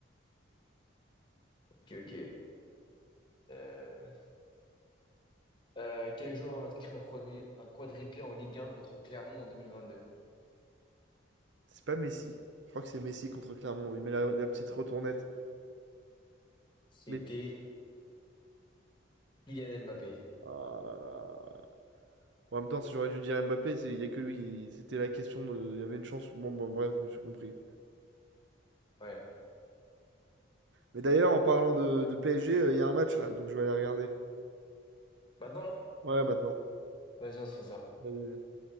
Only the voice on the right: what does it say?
C'est pas Messi. Je crois que c'est Messi contre Clermont. Il met la, la petite retournette.
Mais.
Ah là là. Bon, En même temps, si j'aurais dû dire Mbappé, c'est- il y a que lui. C'était la question de. Il y avait une chance. Bon, bon, bref, je me suis compris.
Mais d'ailleurs, en parlant de, de PSG, il y a un match là, donc je vais aller regarder.
Ouais, maintenant.
Vas-y, vas-y.